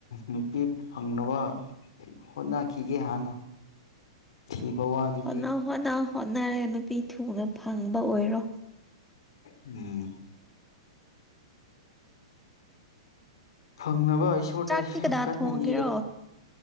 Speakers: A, on the left (about 70°); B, in the centre.
A: ꯅꯨꯄꯤ ꯐꯪꯅꯕ ꯍꯣꯠꯅꯈꯤꯒꯦ ꯍꯥꯟꯅ ꯊꯤꯕ ꯋꯥꯗꯤ
B: ꯍꯣꯠꯅ ꯍꯣꯠꯅ ꯍꯣꯠꯅꯔꯦ ꯅꯨꯄꯤ ꯊꯨꯅ ꯐꯪꯕ ꯑꯣꯏꯔꯣ
A: ꯎꯝ ꯐꯪꯅꯕ ꯁꯣꯔꯗꯔꯦ
B: ꯆꯥꯛꯇꯤ
A: ꯌꯥꯝ
B: ꯀꯅꯥ
A: ꯀꯟꯅ
B: ꯊꯣꯡꯒꯦꯔꯣ
A: ꯅꯤꯔꯦ